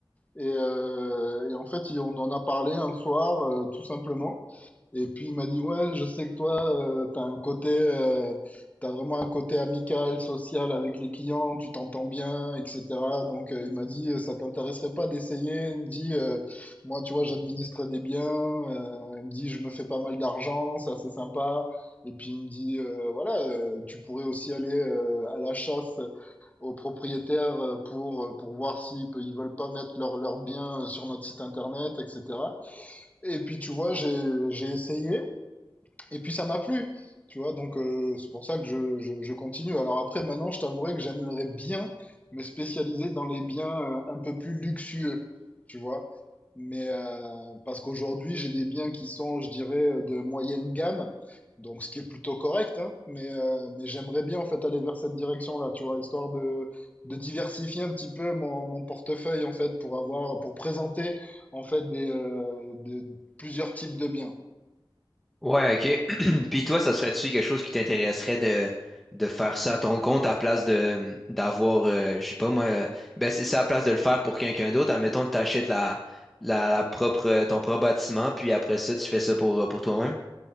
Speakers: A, on the left (about 15°); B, in the centre.
A: Et, euh, et en fait, il- on en a parlé un soir, euh, tout simplement. Et puis il m'a dit, ouais, je sais que toi, tu t'as un côté, euh, t'as vraiment un côté amical, social avec les clients, tu t'entends bien, etc. Donc euh, il m'a dit, euh, ça t'intéresserait pas d'essayer? Il me dit, euh, moi, tu vois, j'administre des biens. euh, il me dit, je me fais pas mal d'argent, ça c'est sympa. Et puis il me dit, euh, voilà, euh, tu pourrais aussi aller euh, à la chasse aux propriétaires euh, pour, euh, pour voir s'ils pe- ils veulent pas mettre leurs leurs biens euh, sur notre site internet, etc. Et puis tu vois, j'ai, j'ai essayé. Et puis ça m'a plu, tu vois, donc euh, c'est pour ça que je, je, je continue. Alors après, maintenant, je t'avouerai que j'aimerais bien me spécialiser dans les biens euh, un peu plus luxueux, tu vois. Mais euh, parce qu'aujourd'hui, j'ai des biens qui sont, je dirais, euh, de moyenne gamme, donc ce qui est plutôt correct, hein, mais, euh, mais j'aimerais bien en fait aller vers cette direction-là, tu vois, histoire de, de diversifier un petit peu mon, mon portefeuille en fait pour avoir, pour présenter en fait des, euh, des- plusieurs types de biens.
B: Ouais, ok. <clears throat> Puis toi, ça serait-tu quelque chose qui t'intéresserait de, de faire ça à ton compte à place de d'avoir, euh, je sais pas moi, euh, ben c'est c'est à place de le faire pour quelqu'un d'autre. Admettons, t'achètes la, la, la propre, euh, ton propre bâtiment, puis après ça, tu fais ça pour, euh, pour toi-même.